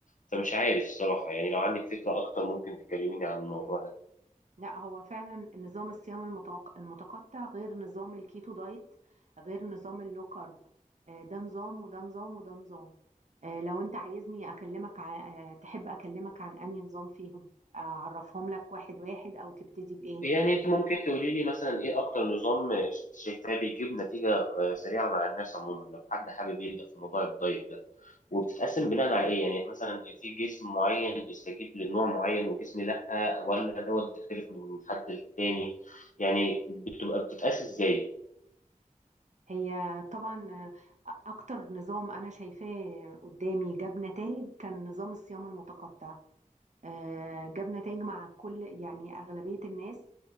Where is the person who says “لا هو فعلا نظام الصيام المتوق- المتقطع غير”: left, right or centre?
Right